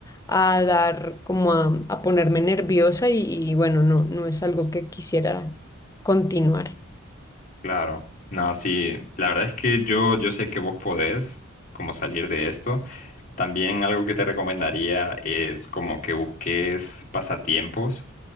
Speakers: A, on the left; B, on the left.
A: a dar, como a, a ponerme nerviosa y, y bueno, no, no es algo que quisiera continuar.
B: Claro, no, sí, la verdad es que yo, yo sé que vos podés como salir de esto. También algo que te recomendaría es como que busques pasatiempos.